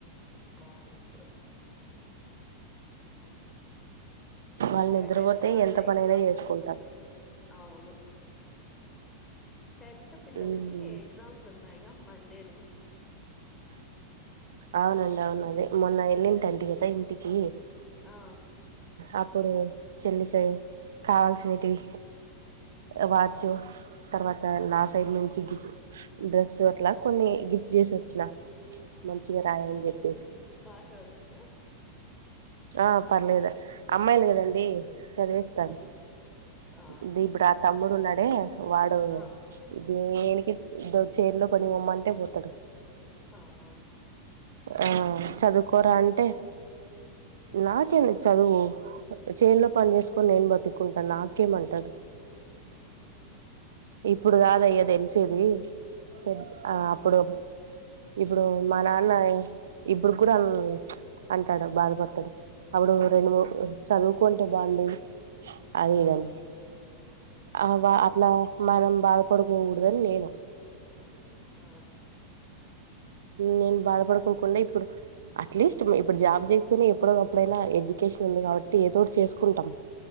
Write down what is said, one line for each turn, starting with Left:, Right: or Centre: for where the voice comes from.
Left: మా నిద్ర పో
Right: వాళ్ళు
Left: ఇంకా
Right: నిద్రపోతే
Left: టెన్త్ వాళ్ళ
Right: ఎంత
Left: ఎగ్జామ్
Right: పనైనా చేసుకుంటా
Left: అవును టెన్త్ పిల్లలకి
Right: ఉమ్
Left: ఎగ్జామ్స్ ఉన్నాయిగా మండే నుంచి
Right: అవునండి అవును అదే మొన్న ఎల్లింటంటి కదా ఇంటికి
Left: ఆ
Right: అప్ ప్పుడు చెల్లిస కావాల్సినేటివి వాచ్
Left: ఆ
Right: తర్వాత నా సైడ్ నుంచి గిఫ్ డ్రెస్ అట్లా కొన్ని గిఫ్ చేస్ వచ్చిన మంచిగా
Left: ఆహా
Right: రాయని
Left: ఓకే
Right: చెప్పేసి
Left: బాగా చదువుద్దా
Right: ఆ పర్లేదు అమ్మాయిలు కదండి
Left: ఉమ్.
Right: చదివిస్తాను
Left: ఉమ్. ఆ
Right: ఇది ఇప్పుడు ఆ తమ్ముడు ఉన్నాడే వాడు
Left: ఆ
Right: దేనికి చేరులో పనికిపోమ్మంటే పోతాడు
Left: ఆ
Right: ఆ చదువుకోరా అంటే నాకే చదువు చేనులో పని చేసుకొని నేను బతుకుంటాను నాకేమంటదు
Left: ఆఓహహ
Right: ఇప్పుడు కాదయ్యా తెలిసేది పెద్ద ఆ
Left: అవును
Right: అప్పుడు ఇప్పుడు మా నాన్న ఇప్పుడు కూడా అంటాడు బాధపడతాడు అప్పుడు రెండు మూ
Left: ఉమ్
Right: చదువుకుంటే బాగుడు అదిదని
Left: ఆ
Right: ఆ వా అట్లా మనం బల్ కొడుకుకూడదని నేను
Left: ఆ
Right: నేను బాధపడుకోకుండా ఇప్పుడు అట్లీస్ట్ ఇప్పుడు జాబ్ చేయకకునే ఎప్పుడ ఒకప్పుడైనా ఎడ్యుకేషన్ ఉంది కాబట్టి ఏదోటి చేసుకుంటాం